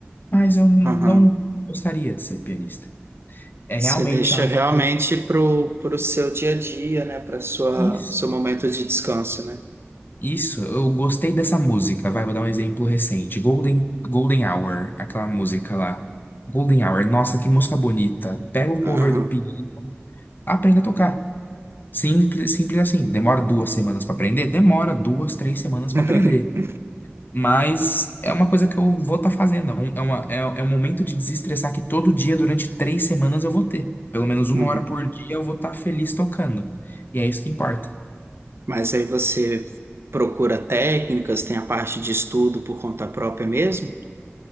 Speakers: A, on the left; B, on the right.
A: mas eu não
B: aham.
A: gostaria de ser pianista. É
B: Você
A: realmente
B: deixa
A: algo
B: realmente
A: que eu.
B: pro, pro seu dia a dia, né? Para sua
A: Isso.
B: seu momento de descanso, né?
A: Isso, eu gostei dessa música. Vai, vou dar um exemplo recente. Golden, Golden Hour, aquela música lá. Golden Hour, nossa, que música bonita. Pega o cover
B: Aham.
A: do piano, aprenda a tocar. Simples, simples assim. Demora duas semanas pra aprender? Demora duas, três semanas
B: <laughs>
A: pra aprender. Mas é uma coisa que eu vou estar fazendo. É um, é uma, é, é um momento de desestressar que todo dia, durante três semanas, eu vou ter. Pelo menos uma
B: Uhum.
A: hora por dia eu vou estar feliz tocando. E é isso que importa.
B: Mas aí você procura técnicas, tem a parte de estudo por conta própria mesmo?